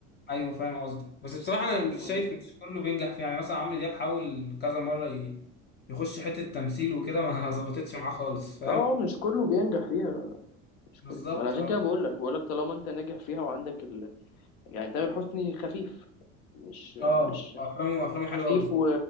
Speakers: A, on the left; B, on the left.
A: ايوه فاهم قصدك بس بصراحه انا مش
B: مم.
A: شايف مش كله بينجح فيه يعني مثلا عمرو دياب حاول كذا مره ي... يخش حته تمثيل وكده ما <laughs> ظبطتش معاه خالص فاهم
B: اه مش كله بينجح فيها لا لا مش
A: بالظبط
B: كله ما انا عشان
A: آه.
B: كده بقول لك بقول لك طالما انت ناجح فيها وعندك ال... يعني تامر حسني خفيف مش
A: اه
B: مش
A: افلامه افلامه
B: خفيف
A: حلوه قوي
B: و...